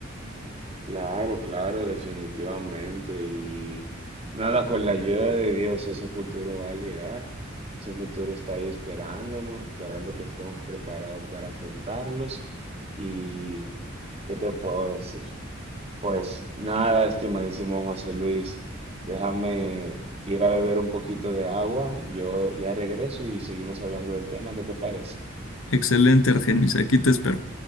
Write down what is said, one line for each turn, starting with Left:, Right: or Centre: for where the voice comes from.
Right: Claro, claro, definitivamente. Y nada, con la ayuda de Dios, ese futuro va a llegar. Ese futuro está ahí esperándonos, esperando que estemos preparados para afrontarlos. Y, ¿qué te puedo decir? Pues nada, estimadísimo José Luis, déjame ir a beber un poquito de agua. Yo ya regreso y seguimos hablando del tema. ¿Qué te parece?
Left: Excelente, Argenis, aquí te espero.